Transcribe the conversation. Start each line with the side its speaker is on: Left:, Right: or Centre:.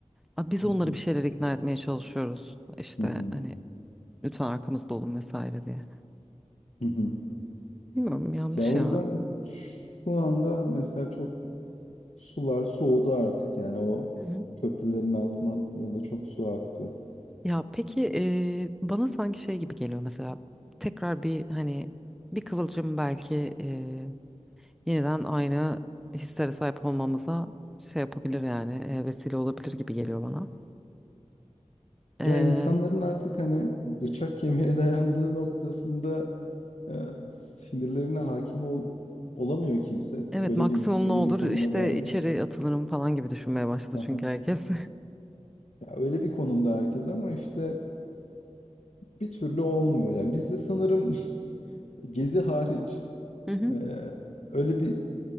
Centre: a, biz
Left: Hı
Centre: onları
Left: hı,
Centre: bir şeyler ikna etmeye çalışıyoruz. İşte
Left: hı hı,
Centre: hani lütfen arkamızda olun vesaire diye.
Left: hı hı.
Centre: Bilmiyorum yanlış
Left: ya o
Centre: ya.
Left: yüzden şu anda mesela çok Sular soğudu artık yani o
Centre: Hı hı.
Left: köprülerin altından ya da çok su aktı.
Centre: Ya peki e, bana sanki şey gibi geliyor mesela tekrar bir hani bir kıvılcım belki e, yeniden aynı hislere sahip olmamıza şey yapabilir yani e, vesile olabilir gibi geliyor bana. E,
Left: Ya insanların artık hani bıçak kemiğe <laughs> dayandığı noktasında e, sinirlerine hakim ol, olamıyor kimse.
Centre: evet
Left: Öyle
Centre: maksimum
Left: bir öyle
Centre: ne olur
Left: bir konuma
Centre: işte
Left: geldik.
Centre: içeri atılırım falan gibi düşünmeye başladı
Left: Aha.
Centre: çünkü herkes.
Left: Ya öyle bir konumda herkes ama işte bir türlü olmuyor. Ya bizde sanırım <laughs> gezi hariç
Centre: Hı hı.
Left: e, öyle bir